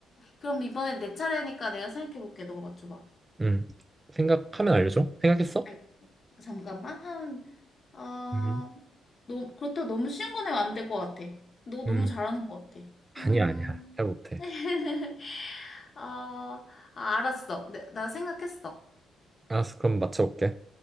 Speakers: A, on the left; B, on the right.
A: 그럼 이번에 내 차례니까 내가 생각해볼게. 너가 맞춰봐.
B: 음. 생각하면 알려줘? 생각했어?
A: 아, 잠깐만. 한, 아,
B: 음,
A: 너, 그렇다. 고 너무 쉬운 건 내면 안 될 것 같아. 너 너무
B: 음.
A: 잘하는 것 같아.
B: 아니야,
A: 음.
B: 아니야. 잘 못해.
A: <laughs> 어, 아, 알았어. 내- 나 생각했어.
B: 알았어, 그럼 맞춰볼게.